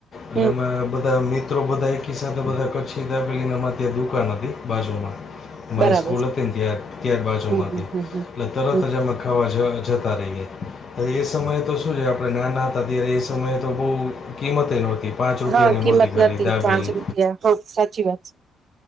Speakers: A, on the left (about 50°); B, on the right (about 50°).
A: એટલે
B: હમ
A: એમાં બધા મિત્રો બધા એકી સાથે બધા કચ્છી ધાબેલીને એમાંથી દુકાન હતી બાજુમાં મારી
B: બરાબર
A: સ્કૂલ હતી તાર બાજુમાંથી
B: હમ હમ હમ હમ
A: એટલે તરત
B: હમ
A: જ જમવા ખાવાજતા રહીએ અ એ સમયે તો શું છે આપણે નાના હતા ત્યારે એ સમયે તો બહુ કિંમતે નહોતી પાંચ રૂપિયાની
B: હા કિંમત
A: મૂર્તિ ખરી
B: નથી
A: દાાવેલી
B: પાંચ રૂપિયા હા સાચી વાત છે